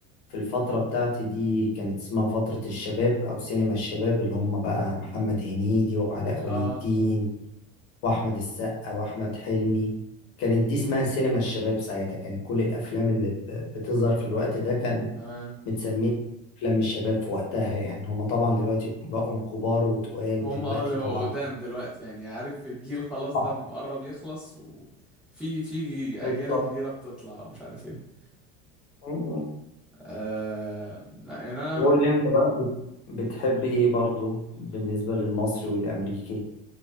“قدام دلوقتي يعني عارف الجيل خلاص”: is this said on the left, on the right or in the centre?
Centre